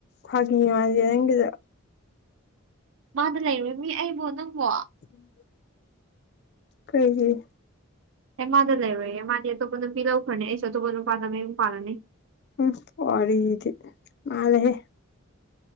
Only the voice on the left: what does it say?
ꯐꯥꯒꯤ ꯃꯥꯁꯦ ꯅꯪꯒꯤꯗ
ꯎꯝ ꯀꯩꯒꯤꯩ
ꯎꯝ ꯋꯥꯔꯤꯔꯤꯗꯤ ꯃꯥꯂꯦ ꯍꯦ